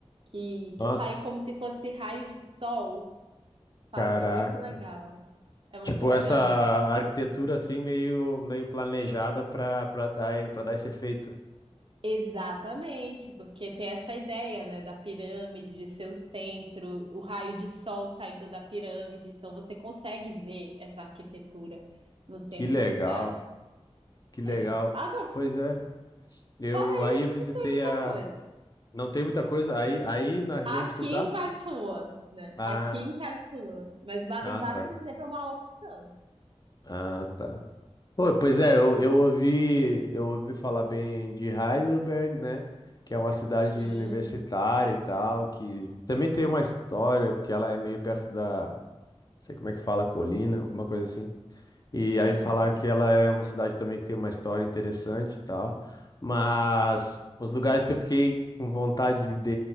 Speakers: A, on the right; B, on the left.
A: Que,
B: Nossa,
A: que saem como se fossem raios de sol,
B: caraca.
A: sabe? É muito legal. É muito
B: Tipo,
A: legal.
B: essa arquitetura assim meio meio planejada para para dar para dar esse efeito.
A: Exatamente, porque tem essa ideia, né, da pirâmide, de ser o centro, o raio de sol saindo da pirâmide, então você consegue ver essa arquitetura no centro
B: Que legal,
A: da cidade.
B: que legal.
A: É. Agora,
B: Pois é. Eu
A: fora
B: aí
A: isso,
B: eu visitei
A: não tem muita
B: a
A: coisa.
B: não tem muita coisa aí aí na região
A: Aqui
B: onde tu tá?
A: em Karlsruhe, né?
B: Ah,
A: Aqui em Karlsruhe. Mas Baden-Baden,
B: ah tá.
A: por exemplo, é uma opção.
B: Ah, tá. Pô, pois é, eu, eu ouvi, eu ouvi falar bem de Heidelberg, né? Que é uma cidade
A: Sim,
B: universitária e tal, que também tem uma história, porque ela é meio perto da, não sei como é que fala, colina, alguma coisa assim. E
A: sim,
B: aí falaram que ela é uma cidade também que tem uma história interessante e tal. Mas os lugares que eu fiquei com vontade de